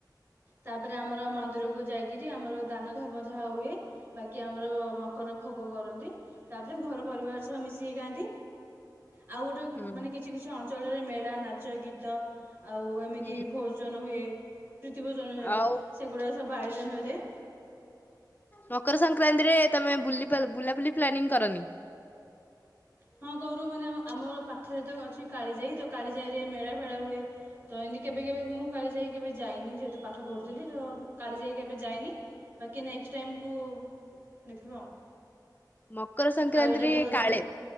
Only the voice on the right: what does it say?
ତାପରେ ଆମର ମନ୍ଦିରକୁ ଯାଇକରି ଆମର ଦାନ ଧର୍ମ ଯାହା ହୁଏ ବାକି ଆମର ମକର ଭୋଗ କରନ୍ତି ତାପରେ ଘର ପରିବାର ସହ ମିଶିିଥାନ୍ତି। ଆଉ ଗୋଟେ
ମାନେ କିଛି କିଛି ଅ ଞ୍ଚଳରେ ମେଳା ନା ଚ ଗୀତ ଆଉ ଏମିତି
ଭୋଜନ ହୁଏ <unintelligible> ରୀତି ଭୋଜନ ଯାଏ
ସେଗୁଡ଼ା ସବୁ ଆୟୋ ଜନ୍ ହୋଇଥାଏ
ହଁ କରୁ ମାନେ ଆମର ପାଖରେ ତ ଅଛି କାଳିଜାଇ ତ କାଳିଜାଇରେ ମେଳା ଫେଳା ହୁଏ ତ ଏମିତି କେବେ କେବେ ମୁଁ କାଳି ଯାଇକ କେବେ ଯାଇନି ଯେହେତୁ ପାଠ ପଢ଼ୁଥିଲି ତ କାଳିଜାଇ କେବେ ଯାଇନି ବାକି ନେକ୍ସଟ ଟାଇମକୁ ଦେଖିବା ଆଉ।
ଆଉ ଏଇଟା ତ ହେଉଛି